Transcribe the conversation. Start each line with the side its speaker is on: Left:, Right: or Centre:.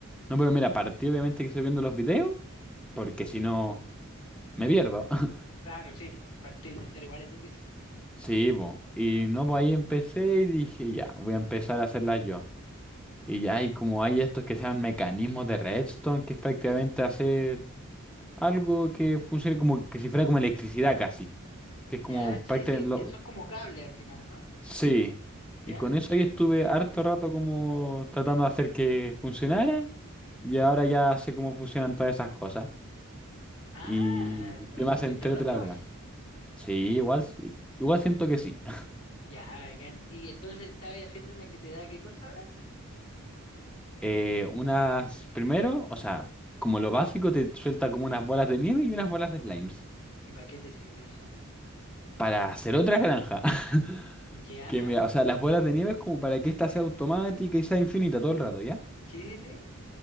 Centre: No, pero mira, partí obviamente que estoy viendo los videos, porque si no, me pierdo. <laughs>
Left: Claro, sí, pues, partir de cero igual es difícil.
Centre: Sí, po. Y no, pues ahí empecé y dije, ya, voy a empezar a hacerlas yo. Y ya, y como hay estos que sean mecanismos de redstone, que es prácticamente hacer algo que funcione como que si fuera como electricidad casi, que
Left: Ya,
Centre: es como
Left: sí,
Centre: prácticamente
Left: sí,
Centre: lo...
Left: que son como cables al final, ¿o no?
Centre: Sí,
Left: ¿Ya?
Centre: y con eso ahí estuve harto rato como tratando de hacer que funcionara y ahora ya sé cómo funcionan todas esas cosas
Left: Ah,
Centre: y qué
Left: aprendiste
Centre: más entrete
Left: rápido
Centre: la verdad.
Left: igual.
Centre: Sí, igual, sí, igual siento que sí. <laughs>
Left: Ya, bacán. Y entonces estabas haciendo una que te da qué cosa ahora?
Centre: Eh, unas, primero, o sea, como lo básico, te suelta como unas bolas de nieve y unas bolas de slimes.
Left: ¿Y para qué te sirve eso?
Centre: Para hacer otra granja. <laughs>
Left: Ya,
Centre: Que me, o sea, las bolas de nieve es como para que esta sea automática y sea infinita todo el rato, ¿ya?
Left: sí, sí, sí.